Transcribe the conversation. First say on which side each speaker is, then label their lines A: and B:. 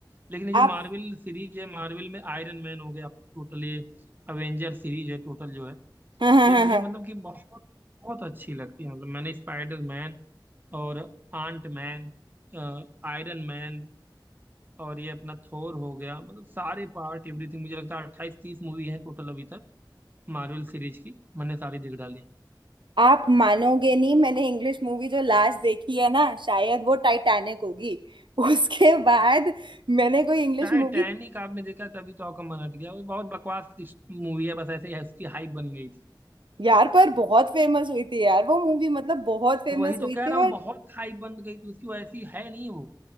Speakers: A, on the right; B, on the right.
A: लेकिन ये जो
B: आप
A: मार्वल सीरीज है मार्वल में आयरन मैन हो गया अपना टोटल ये अवेंजर सीरीज है टोटल जो है
B: हाँ हाँ
A: ये
B: हाँ
A: मुझे
B: हाँ
A: मतलब कि बहुत बहुत अच्छी लगती है मतलब मैंने स्पाइडर मैन और आंट मैन आयरन मैन और ये अपना थोर हो गया मतलब सारे पार्ट एवरीथिंग मुझे लगता है अट्ठाईस तीस मूवी है टोटल अभी तक मार्वल सीरीज की मैंने सारी देख डाली है
B: आप मानोगे नहीं मैंने इंग्लिश मूवी जो लास्ट देखी है ना शायद वो टाइटैनिक होगी उसके बाद मैंने कोई इंग्लिश
A: टाइटैनिक
B: मूवी
A: आपने देखा तभी तो आपका मन हट गया वो बहुत बकवास मूवी है बस ऐसे ही उसकी हाइप बन गई थी।
B: यार पर बहुत फेमस हुई थी यार वो मूवी मतलब बहुत फेमस
A: तो वही तो
B: हुई
A: कह
B: थी
A: रहा हूँ बहुत हाई बन गई तो उसकी वो ऐसी है नहीं वो